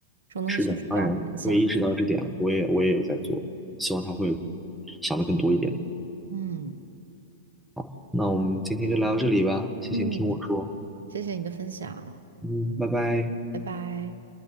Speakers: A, on the right; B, in the centre.
A: 这种东西确实比较难讲。
B: 是的，当然，我也意识到这点了，我也我也有在做，希望他会想的更多一点。
A: 嗯
B: 好，那我们今天就聊到这里吧，谢谢你听我说，
A: 嗯，谢谢你的分享，
B: 嗯，拜拜。
A: 拜拜。